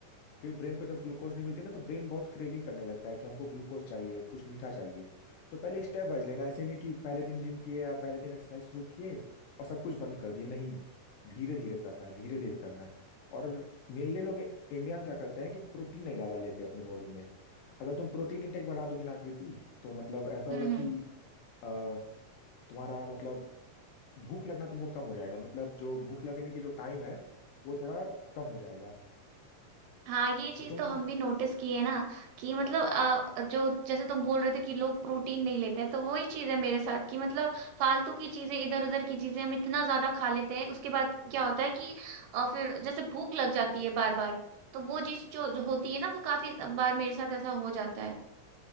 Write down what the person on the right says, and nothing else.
हम्म हम्म।
हाँ ये चीज
तो हम भी नोटिस की है ना कि मतलब अ, जो जैसे तुम बोल रहे थे कि लोग प्रोटीन नहीं लेते हैं तो वही चीज है मेरे साथ कि मतलब फालतू की चीजें इधर उधर की चीजें हम इतना ज्यादा खा लेते हैं उसके बाद क्या होता है कि अ, फिर जैसे भूख लग जाती है बार बार तो वो चीज जो, जो होती है ना वो काफी बार मेरे साथ ऐसा हो जाता है